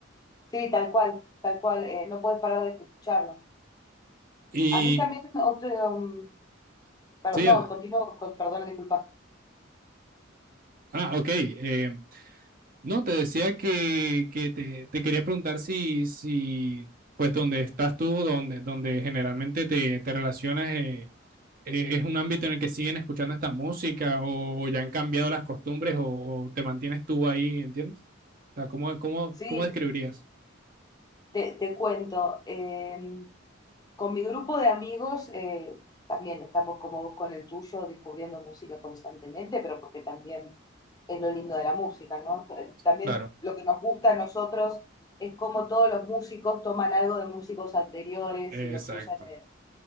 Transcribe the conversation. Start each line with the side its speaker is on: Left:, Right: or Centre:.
Left: sí, tal cual, tal cual. eh, no puedes parar de escucharlo.
Right: Y
Left: A mí también otro... um, per-
Right: sí,
Left: no,
Right: ah,
Left: continúo con, perdón, disculpa.
Right: ah, ok. eh, no, te decía que, que te, te quería preguntar si, si, pues, donde estás tú, donde, donde generalmente te, te relacionas, eh, eh, es un ámbito en el que siguen escuchando esta música o, o ya han cambiado las costumbres o, o, te mantienes tú ahí, ¿entiendes? O sea, ¿cómo, cómo,
Left: Sí,
Right: cómo describirías?
Left: Te, te cuento, eh, con mi grupo de amigos eh, también estamos como vos con el tuyo descubriendo música constantemente, pero porque también es lo lindo de la música, ¿no? T- También
Right: Claro,
Left: lo que nos gusta a nosotros es cómo todos los músicos toman algo de músicos anteriores
Right: exacto,
Left: y los usan, en-